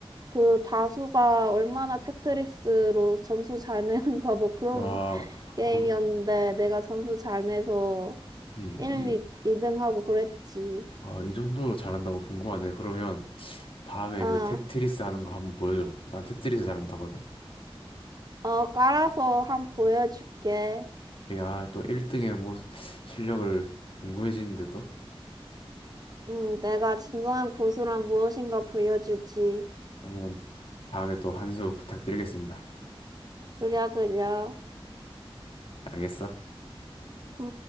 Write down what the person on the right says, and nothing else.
그 다수가 얼마나 테트리스로 점수 잘 내는가 뭐 그런
게임이었는데
내가 점수 잘 내서
1,
2, 이등 하고 그랬지.
아,
어, 깔아서 한 보여줄게.
응, 내가 진정한 고수란 무엇인가 보여주지.
그려, 그려.
응.